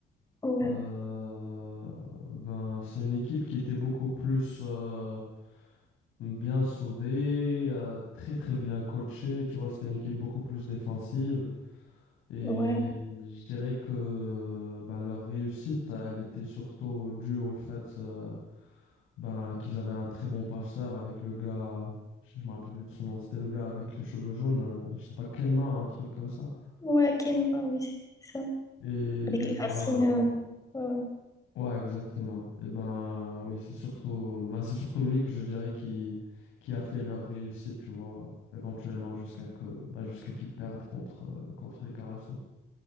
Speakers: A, on the left (about 15°); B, on the left (about 90°).
A: ouais,
B: Euh, ben, c'est une équipe qui était beaucoup plus euh, bien soudée, euh, très très bien coachée, tu vois, c'était une équipe beaucoup plus défensive. Et
A: ouais,
B: je dirais que ben, leur réussite, elle était surtout due au fait euh, ben, qu'ils avaient un très bon passeur avec le gars, je je me rappelle plus de son nom, c'était le gars avec les cheveux jaunes, euh, je sais pas, Kelma, un truc comme ça.
A: ouais, quel oui, c'est ça.
B: Et
A: Avec les
B: ben,
A: racines. euh, ouais, ouais,
B: ouais, exactement. Et ben, oui, c'est surtout, ben, c'est surtout lui que je dirais qui, qui a fait leur réussite, tu vois, éventuellement jusqu'à que, ben, jusqu'à qu'ils perdent contre, euh, contre les Carasso.